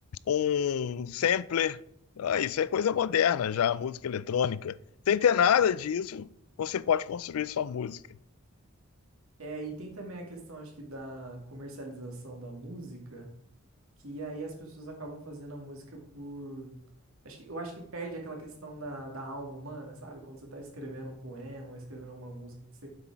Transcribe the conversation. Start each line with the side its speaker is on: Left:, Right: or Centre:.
Left: um sampler. Ah, isso é coisa moderna já, música eletrônica. Sem ter nada disso, você pode construir sua música.
Right: É, e tem também a questão, acho que, da comercialização da música. Que aí as pessoas acabam fazendo a música por. Acho que, eu acho que perde aquela questão da, da alma humana, sabe? Quando você tá escrevendo um poema ou escrevendo alguma música que você